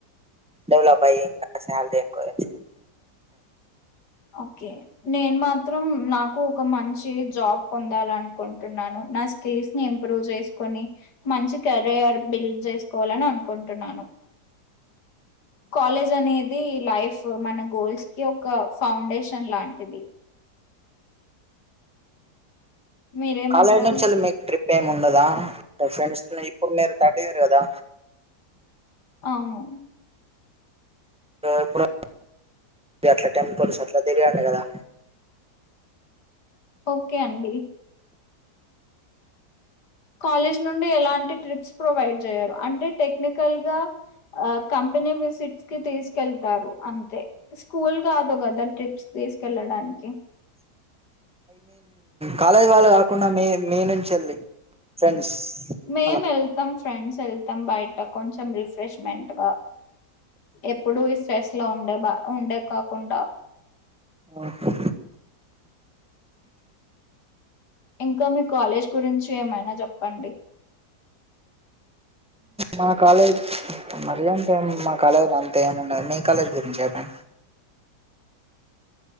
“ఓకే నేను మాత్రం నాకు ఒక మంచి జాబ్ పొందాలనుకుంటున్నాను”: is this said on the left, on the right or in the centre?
Left